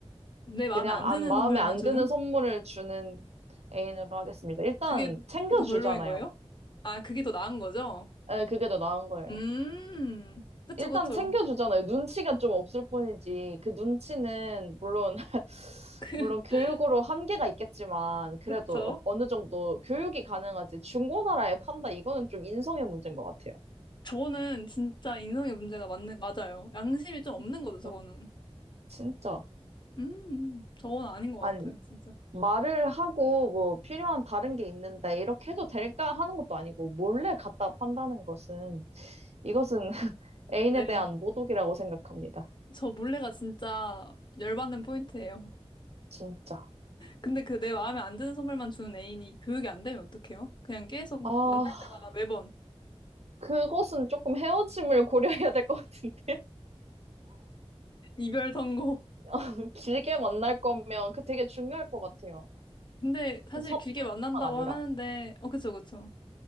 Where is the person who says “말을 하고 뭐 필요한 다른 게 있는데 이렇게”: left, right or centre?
Right